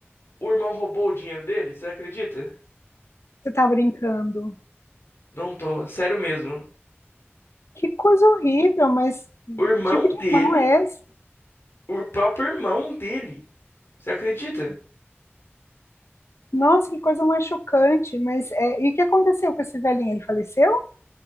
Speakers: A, on the left; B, on the left.
A: O irmão roubou o dinheiro dele? Você acredita?
B: Você está brincando.
A: Não tô, sério mesmo.
B: Que coisa horrível, mas
A: O irmão
B: que tipo de
A: dele,
B: irmão é esse?
A: o próprio irmão dele. Você acredita?
B: Nossa, que coisa mais chocante. Mas é, e o que aconteceu com esse velhinho? Ele faleceu?